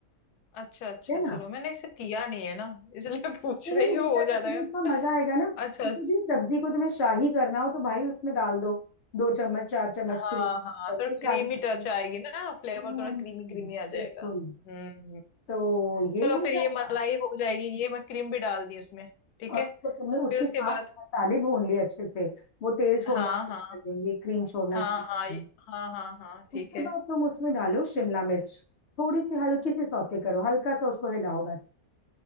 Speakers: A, on the left; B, on the left.
A: अच्छा अच्छा
B: ठीक है
A: चलो
B: ना
A: मैंने इसे किया नहीं है ना इसलिए <laughs> पूछ
B: नहीं
A: रही
B: नहीं
A: हूँ
B: हो जाएगा
A: हो जाएगा
B: तुम्हें इतना
A: ना।
B: मजा आएगा ना किसी
A: अच्छा अच्छा
B: भी सब्जी को तुम्हें शाही करना हो तो भाई उसमें डाल दो दो चम्मच चार चम्मच
A: हाँ
B: क्रीम
A: हाँ
B: बन
A: थोड़ा
B: गई शाही
A: क्रीमी
B: सब्जी
A: टच आएगी ना फ्लेवर
B: हम्म,
A: थोड़ा क्रीमी क्रीमी आ जाएगा
B: बिल्कुल
A: हम्म हम्म।
B: तो ये
A: चलो
B: हो
A: फिर
B: जाएगा
A: ये मलाई हो जाएगी ये मैं क्रीम भी डाल दी उसमें ठीक
B: और
A: है
B: उसको तुमने उसके
A: फिर उसके
B: साथ
A: बाद
B: मसाले भून लिए अच्छे से वो तेल छोड़ना
A: हाँ
B: शुरू
A: हाँ
B: कर देंगे क्रीम छोड़ना
A: हाँ
B: शुरू कर
A: हाँ ये
B: देंगे
A: हाँ हाँ हाँ ठीक
B: उसके
A: है
B: बाद तुम उसमें डालो शिमला मिर्च थोड़ी सी हल्की सी सौते करो हल्का सा उसको हिलाओ बस